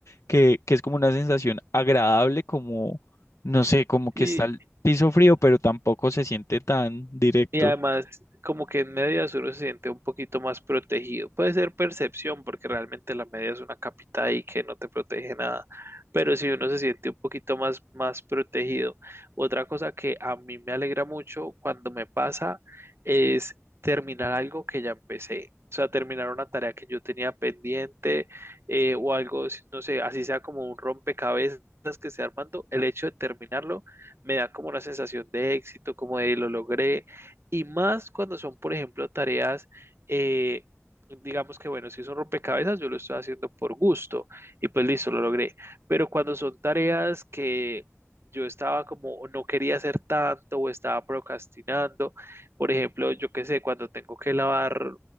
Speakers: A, on the left; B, on the right.
A: que, que es como una sensación agradable, como, no sé, como que
B: Y
A: está piso frío, pero tampoco se siente tan directo.
B: Y además, como que en medias uno se siente un poquito más protegido. Puede ser percepción, porque realmente la media es una capita y que no te protege nada. Pero si uno se siente un poquito más, más protegido. Otra cosa que a mí me alegra mucho cuando me pasa es terminar algo que ya empecé. O sea, terminar una tarea que yo tenía pendiente eh, o algo, no sé, así sea como un rompecabezas que esté armando. El hecho de terminarlo me da como una sensación de éxito, como de lo logré y más cuando son, por ejemplo, tareas, eh, digamos que, bueno, si son rompecabezas, yo lo estoy haciendo por gusto y pues listo, lo logré. Pero cuando son tareas que yo estaba como, o no quería hacer tanto o estaba procrastinando, por ejemplo, yo qué sé, cuando tengo que lavar